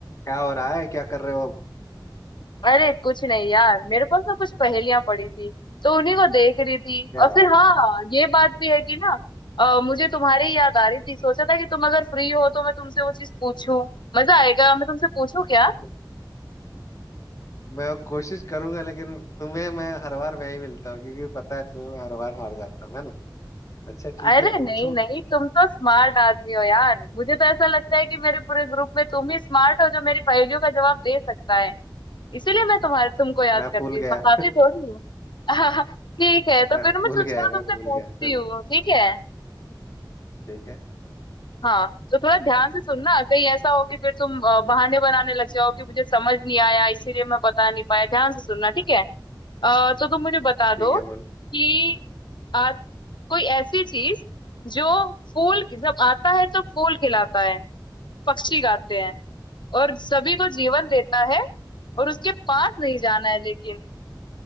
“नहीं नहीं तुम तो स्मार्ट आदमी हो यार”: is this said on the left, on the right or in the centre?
Left